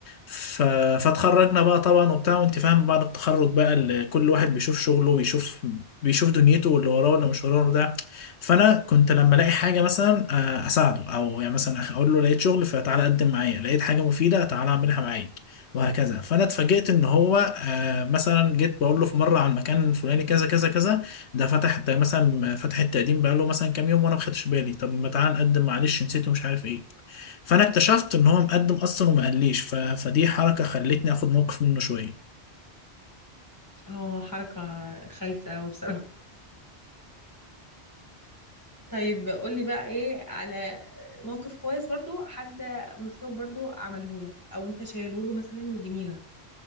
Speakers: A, on the left; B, on the left.
A: ف... فاتخرجنا بقى طبعا وبتاع وانت فاهم بعد التخرج بقى ال- كل واحد بيشوف شغله بيشوف بيشوف دنيته واللي وراه واللي مش وراه ده فانا كنت لما الاقي حاجه مثلا آه، اساعده او يعني مثلا اقول له لقيت شغل فتعالى قدم معايا لقيت حاجه مفيده تعالى اعملها معايا وهكذا فانا اتفاجئت ان هو آه، مثلا جيت بقول له في مره عن مكان الفلاني كذا كذا كذا ده فتح ده مثلا فتح التقديم بقى له مثلا كام يوم وانا ما خدتش بالي طب ما تعالى نقدم معلش نسيته مش عارف ايه فانا اكتشفت ان هو مقدم اصلا وما قاليش ف... فدي حركه خلتني اخد موقف منه شويه
B: اه حركة خايفة وبصراحة طيب قول لي بقى ايه على موقف كويس برضو حد من اصحابك برضو عمله لك او انت شايله له مثلا جميلة